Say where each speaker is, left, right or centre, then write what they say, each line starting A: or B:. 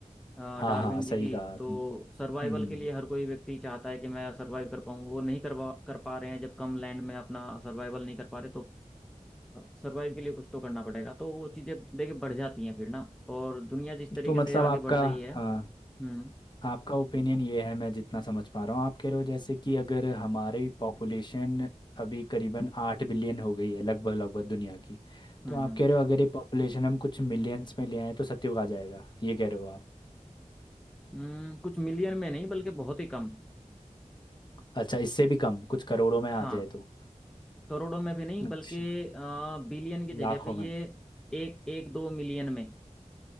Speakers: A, in the centre; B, on the left (about 35°).
A: अ,
B: हाँ
A: डार्विन
B: हाँ सही
A: जी की
B: कहा आपने
A: तो सर्वाइवल
B: हम्म
A: के लिए हर कोई व्यक्ति चाहता है कि मैं सर्वाइव कर पाऊँ वो नहीं करवा कर पा रहे हैं जब कम लैंड में अपना सर्वाइवल नहीं कर पा रहे तो सर्वाइव के लिए कुछ तो करना पड़ेगा तो वो चीजें देखिए बढ़ जाती हैं फिर ना और दुनिया जिस तरीके
B: तो मतलब
A: से आगे
B: आपका
A: बढ़ रही है
B: हाँ
A: हम्म
B: आपका ओपिनियन ये है मैं जितना समझ पा रहा हूँ आप कह रहे हो जैसे कि अगर हमारी पॉपुलेशन अभी करीबन आठ बिलियन हो गई है लगभग लगभग दुनिया की
A: हम्म
B: तो आप
A: हम्म
B: कह रहे हो अगर ये पॉपुलेशन हम कुछ मिलियंस में ले आए तो सत्युग आ जाएगा ये कह रहे हो आप
A: हम्म, कुछ मिलियन में नहीं बल्कि बहुत ही कम
B: अच्छा इससे भी कम कुछ करोड़ों में
A: हाँ
B: आ जाए तो
A: करोड़ों में भी नहीं
B: अच्छा
A: बल्कि बिलियन की
B: लाखों
A: जगह पे ये
B: में
A: एक एक दो मिलियन में